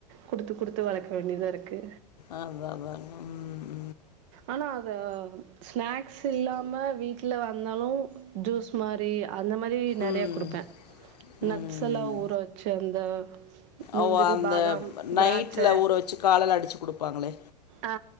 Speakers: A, on the right; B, on the left.
A: குடுத்து குடுத்து வளக்க வேண்டியதா இருக்கு
B: ஆ வ வ னும்
A: ஆனா அத ஸ்நாக்ஸ் இல்லாம வீட்ல வந்தாலு ஜூஸ் மாரி அந்த மாரி நறைய
B: ம்
A: குடுப்ப
B: ம்
A: நட்ஸெல்லா
B: ம்
A: ஊற வெச்சு அந்த முந்திரி
B: அவ்வோ அந்த
A: பாதாம்
B: நைட்ல
A: திராட்சை
B: ஊற வெச்சு காலையில அடிச்சு குடுப்பாங்களே
A: அ